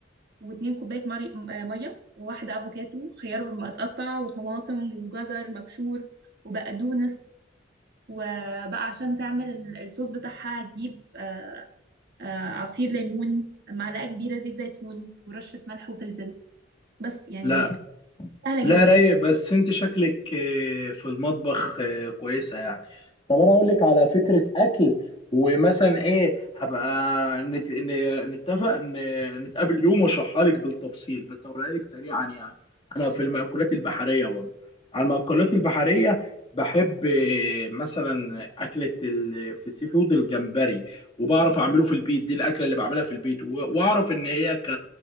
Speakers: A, on the right; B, on the left.
A: واتنين كوباية مري... م- آه، مية وواحدة أفوكادو خيار متقطع وطماطم وجزر مبشور وبقدونس وبقى عشان تعمل ال- الصوص بتاعها هتجيب آه، آه، عصير ليمون معلقة كبيرة زيت زيتون ورشة ملح وفلفل بس يعني
B: لا
A: سهلة
B: لا
A: جدا
B: رايق بس انت شكلك آه، في المطبخ آه، كويسة يعني طب انا اقول لك على فكرة اكل ومثلا ايه هبقى نت- ن- نتفق ن- نتقابل يوم واشرحها لك بالتفصيل بس اقولها لك سريعا يعني انا في المأكولات البحرية برضه على المأكولات البحرية بحب آه، مثلا أكلة ال- في السي فود الجمبري وبعرف أعمله في البيت دي الأكلة اللي بعملها في البيت و- وأعرف إن هي ك